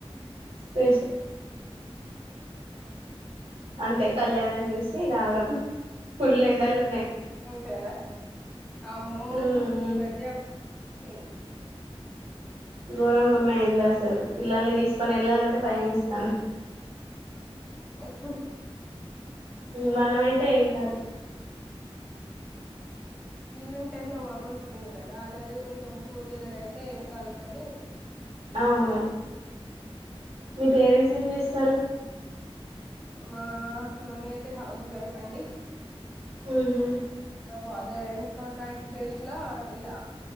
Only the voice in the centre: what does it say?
అంతేనా అమ
ఈ మధ్య అే
అ
ఈవినింగ్ టైమ్ లో మబ్బ వస్తుంది కదా అలాగే కొంచెం కూల్ వెదర్ అయితే ఏం కాదు కానీ
మా మమ్మీ అయితే హౌస్ వైఫ్ అండి
బ కాంట్రాక్ట్ బేస్ లా ఇలా